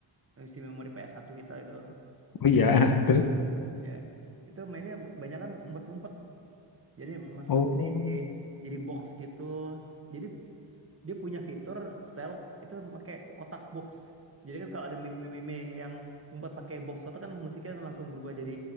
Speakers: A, on the right; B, on the left.
A: isi memori ps satu kita itu.
B: Oh iya <laughs> terus.
A: Ya. Itu mainnya banyak kan umpet-umpet. Jadi masuk
B: Oh.
A: jadi jadi box gitu. Jadi dia punya fitur stealth itu pakai kotak box jadi kan kalau ada meme-meme yang ngumpet pakai box kotak kan musiknya langsung berubah jadi